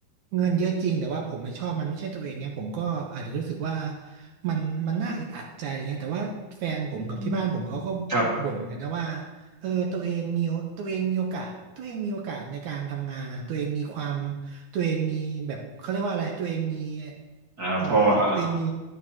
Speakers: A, on the right; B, on the right.
A: เงินเยอะจริงแต่ว่าผมไม่ชอบมันไม่ใช่ตัวเองเงี้ยผมก็อาจจะรู้สึกว่ามันมันน่าอึดอัดใจอะไรเงี้ยแต่ว่าแฟนผมกับที่บ้านผมเขาก็
B: อืมครับ
A: บ่นเหมือนกันนะว่าเออตัวเองมีตัวเองมีโอกาสตัวเองมีโอกาสในการทำงานนะตัวเองมีความ ตัวเองมีแบบเขาเรียกว่าอะไรตัวเองมี
B: อ่าพออ่า
A: เอ่อตัวเองมี